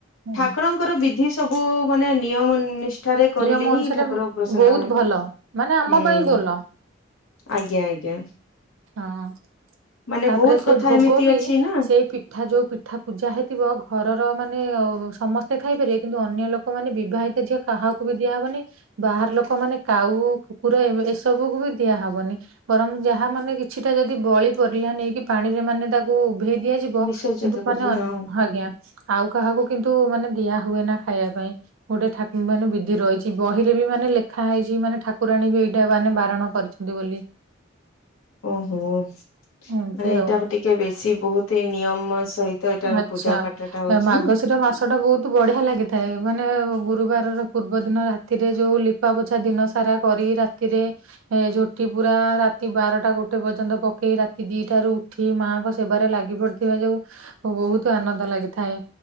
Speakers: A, on the right; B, on the left.
A: ଆଜ୍ଞା
B: ଠାକୁରଙ୍କର ବିଧି ସବୁ ମାନେ ନିୟମ ନି ଷ୍ଠାରେ କରିଲେ
A: ନିୟମ
B: ହିଁ
A: ଅନୁସାରେ
B: ଠାକୁର ପ୍ରସନ୍ନ
A: ବହୁତ
B: ହେବେ।
A: ଭଲ ମାନେ ଆମ
B: ହୁଁ
A: ପାଇଁ ଭଲ
B: ଆଜ୍ଞା ଆଜ୍ଞା।
A: ହଁ।
B: ମାନେ
A: ତାପରେ
B: ବହୁତ
A: ସେ
B: କଥା
A: ଭୋଗ
B: ଏମିତି
A: ବି
B: ଅଛି ନା
A: ସେଇ ପିଠା ଯୋଉ ପିଠା ପୂଜା ହେଇଥିବ। ଘରର ମାନେ ସମସ୍ତେ ଖାଇପାରିବେ। କିନ୍ତୁ ଅନ୍ୟ ଲୋକ ମାନେ ବିବାହିତ ଝିଅ କାହାକୁ ବି ଦିଆହବନି। ବାହାର ଲୋକମାନେ କାଉ କୁକୁର ଏ ଏସବୁକୁ ବି ଦିଆହବନି। ବରଂ ଯାହା ମାନେ କିଛିଟା ଯଦି ବଳି ପରିଲା ନେଇକି ପାଣି ରେ ମାନେ ତାକୁ ଉଭେଇ ଦିଆଯିବ।
B: ବିସର୍ଜିତ
A: କିନ୍ତୁ
B: କରି
A: ମାନେ
B: ହଁ
A: ଆଜ୍ଞା। ଆଉ କାହାକୁ କିନ୍ତୁ ମାନେ ଦିଆ ହୁଏନା ଖାଇବା ପାଇଁ। ଗୋଟେ ଠାକୁ ମାନେ ବିଧି ରହିଛି। ବହିରେ ବି ମାନେ ଲେଖା ହେଇଛି ମାନେ ଠାକୁରାଣୀ ବି ଏଇଟା ମାନେ ବାରଣ କରିଛନ୍ତି ବୋଲି।
B: ଓହୋ ମାନେ
A: ଏମିତି
B: ଏଇଟା
A: ଆଉ।
B: ଟିକେ ବେଶୀ ବହୁତି ନିୟମ ସହିତ ଏଇଟା
A: ଆଛା
B: ପୂଜା ପାଠ ଟା ହଉଛି
A: ମାାଗଶୀର
B: ନା
A: ମାସ ଟା ବହୁତ ବଢିଆ ଲାଗିଥାଏ। ମାନେ ଗୁରୁବାରର ପୂର୍ବ ଦିନ ରାତିରେ ଯୋଉ ଲିପା ପୋଛା ଦିନ ସାରା କରି ରାତିରେ ଝୋଟି ପୁରା ରାତି ବାରଟା ଗୋଟେ ପର୍ଯ୍ୟନ୍ତ ପକେଇ ରାତି ଦିଟାରୁ ଉଠି ମାଙ୍କ ସେବାରେ ଲାଗି ପଡିଥିବା। ବହୁତ ଆନନ୍ଦ ଲାଗିଥାଏ।